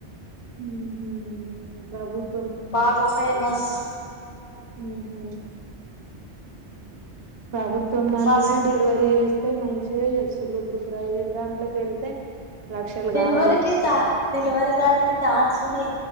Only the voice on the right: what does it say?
హుహు ప్రభుత్వం
హుహు ప్రభుత్వం అంటెనే
డెలివరీ చేసి స్తే మంచిగా చేస్తులు ఇప్పుడు ప్రైవేట్ దాంట్లోకి వెళ్తే లక్షలు
కావాలి